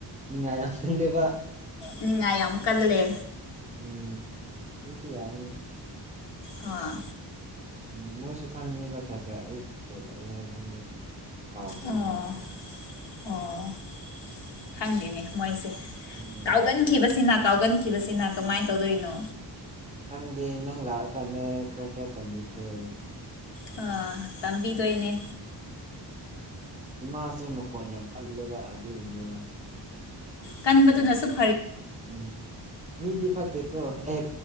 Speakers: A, on the right (about 15°); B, on the left (about 80°).
A: ꯅꯤꯡ ꯑ ꯌꯥꯝ ꯂꯂꯦꯕ
B: ꯅꯤꯡꯉꯥꯏ ꯑꯃ ꯀꯜꯂꯦ
A: ꯎꯝ ꯑꯗꯨꯗꯤꯤ ꯌꯥꯔꯅꯤꯅꯦ
B: ꯑ
A: ꯎꯝ ꯃꯣꯏꯁꯨ ꯈꯪꯅꯤꯡꯕ ꯈꯔ ꯈꯔ ꯑꯩ ꯀꯣꯜ ꯇꯧꯏ ꯍꯥꯏꯕꯁꯤꯃꯨꯛ ꯀꯥꯎꯈ꯭ꯔꯕ
B: ꯑꯣ
A: ꯃꯥꯟꯕꯕ
B: ꯑꯣ ꯈꯪꯗꯦꯅꯦ ꯃꯣꯏꯁꯦ
A: ꯎꯝ
B: ꯀꯥꯎꯒꯟꯈꯤꯕꯁꯤꯅ ꯀꯥꯎꯒꯟꯈꯤꯕꯁꯤꯅ ꯀꯃꯥꯏꯅ ꯇꯧꯗꯣꯏꯅꯣ
A: ꯈꯪꯗꯦ ꯅꯪ ꯂꯥꯛꯑꯀꯥꯟꯗ ꯈꯔ ꯈꯔ ꯇꯝꯕꯤꯈ꯭ꯔꯣ
B: ꯑ ꯇꯥꯝꯕꯤꯗ ꯏꯅꯦ
A: ꯏꯃꯥꯁꯦ ꯃꯈꯣꯟ ꯌꯥꯝ ꯀꯜꯂꯦꯕ ꯑꯗꯨꯏꯅꯦꯕ
B: ꯀꯟꯕꯗꯨꯅꯁꯨꯨꯞ
A: ꯎꯝ ꯃꯤꯗꯤ ꯐꯠꯇꯦꯀꯣ ꯑꯦ